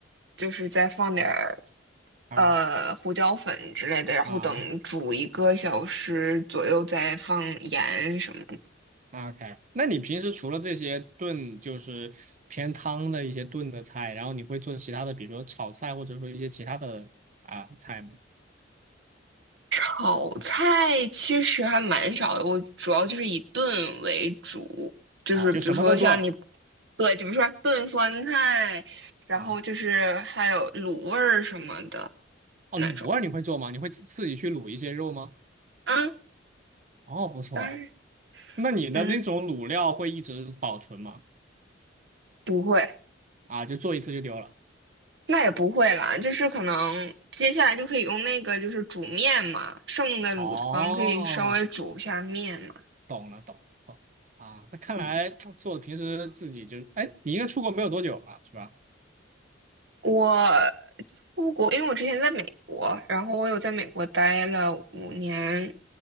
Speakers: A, on the right (about 65°); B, on the right (about 40°).
A: 就是再放点儿
B: 啊
A: 呃胡椒粉之类的，然后等煮一个小时左右再放盐什么的。
B: 啊啊，OK。那你平时除了这些炖，就是偏汤的一些炖的菜，然后你会做其他的，比如说炒菜，或者说一些其他的啊菜吗？
A: 炒菜其实还蛮少的，我主要就是以炖为主，就是比如说像你，
B: 啊，就什么都炖
A: 对，怎么说炖酸菜，然后就是还有卤味儿什么的
B: 啊。哦，
A: 那种。
B: 卤味你会做吗？你会自自己去卤一些肉吗？
A: 嗯，
B: 哦，不错哎。
A: 当然，
B: 那你的那种卤料会一直保存吗？
A: 嗯，不会，
B: 啊，就做一次就丢了。
A: 那也不会啦，就是可能接下来就可以用那个就是煮面嘛，剩的卤汤可以稍微煮一下面嘛。
B: 哦，懂了，懂了懂了啊。那看来
A: 嗯。
B: <tsk> 做的平时自己就，哎，你应该出国没有多久吧，是吧？
A: 我出国，因为我之前在美国，然后我有在美国待了五年